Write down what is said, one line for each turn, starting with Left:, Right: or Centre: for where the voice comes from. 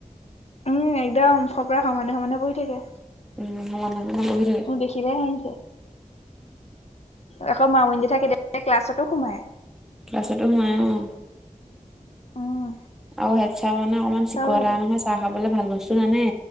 Left: উম একদম ফপৰা সমানে সমানে বহি থাকে।
Centre: উম সমানে। সমানে বহি থাকে।
Left: মোক দেখিলে হাঁহিছে। আকৌ মামনি দি থাক কে ক্লাছত। টো সোমাই।
Centre: ক্লাছতো সোমাই অ।
Left: উম
Centre: আৰু হেডচাৰ মানে অকমান
Left: চব
Centre: চিকতা
Left: সেইটো
Centre: নহয়। চাহ লে ভাল বস্তু নানে।